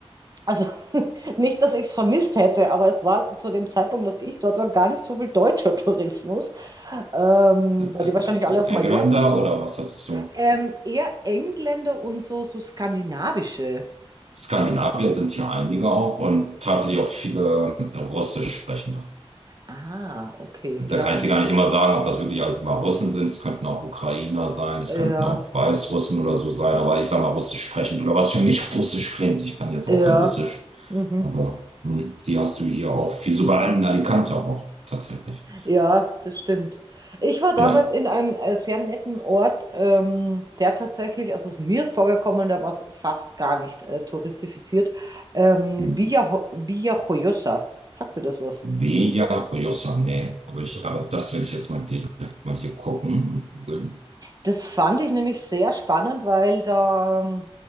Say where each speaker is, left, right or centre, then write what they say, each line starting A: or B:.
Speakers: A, on the right; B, on the right.
A: also <laughs> nicht, dass ich es vermisst hätte, aber es war zu dem Zeitpunkt, dass ich dort war, gar nicht so viel deutscher <laughs> Tourismus, ähm,
B: Ist,
A: weil
B: äh,
A: die wahrscheinlich
B: äh,
A: alle auf
B: Ein
A: Mallorca
B: Geländer
A: sind.
B: oder was hattest du?
A: Ähm, eher Engländer und so, so skandinavische.
B: Skandinavier sind hier einige auch und tatsächlich
A: Hm.
B: auch viele äh, Russisch sprechende.
A: Ah, okay,
B: Da
A: ja,
B: kann ich dir gar nicht immer sagen, ob das wirklich alles immer Russen sind. Es könnten auch Ukrainer sein, es
A: ja,
B: könnten auch Weißrussen oder so sein, aber ich sage mal Russisch sprechend oder was für mich <laughs> Russisch klingt. Ich kann jetzt
A: ja.
B: auch kein Russisch,
A: Mhm.
B: aber hm, die hast du hier auch viel, sogar in Alicante auch tatsächlich.
A: Ja, das stimmt. Ich war damals
B: Ja,
A: in einem äh, sehr netten Ort, ähm, der tatsächlich, also mir ist vorgekommen, der war fast gar nicht äh, touristifiziert. Ähm,
B: hm.
A: Villa, Villa Joyosa. Sagt dir das was?
B: Beja Rojosa, nee, aber ich, aber das werde ich jetzt mal direkt mal hier gucken und googeln.
A: Das fand ich nämlich sehr spannend, weil da, ähm,